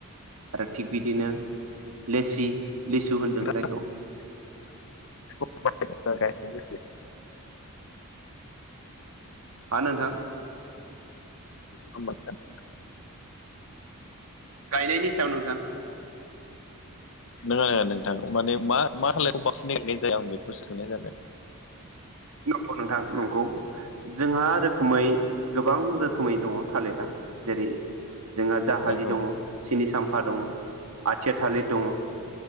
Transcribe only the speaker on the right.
आरो थिग बिदिनो लेसि लिसु होनदों
जायखौ
हा नोंथां।
गायनायनि सायाव नोंथां
नंगौ नोंथां नंगौ। जोंहा रोखोमै गोबां रोखोमै दङ थालिरा जेरै जोंहा जाहाजि
दङ सिनि साम्फा दङ आथिया थालिर दङ।